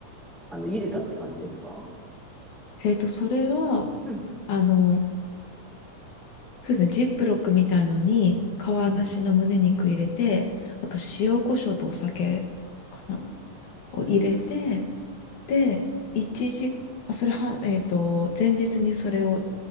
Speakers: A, in the centre; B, on the left (about 75°).
A: あの、茹でたって感じですか
B: えっと、それは、
A: うん
B: あの、そうですね、ジップロックみたいのに、皮なしの胸肉入れて、
A: うんうん
B: あと塩コショウとお酒かなを入れて、
A: うんうん
B: で、一時、あ、それは、えっと、前日にそれを